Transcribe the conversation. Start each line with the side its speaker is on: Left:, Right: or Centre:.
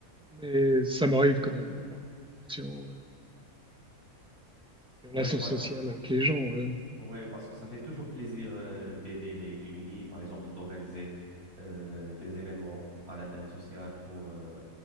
Centre: mais ça m'arrive quand même ouais, d'avoir des relations, euh, des
Right: ouais
Centre: relations
Right: par
Centre: sociales
Right: exemple.
Centre: avec les gens. ouais.
Right: ouais parce que ça fait toujours plaisir euh, d'aider les démunis, par exemple, d'organiser euh, des événements à l'intérêt social pour, euh,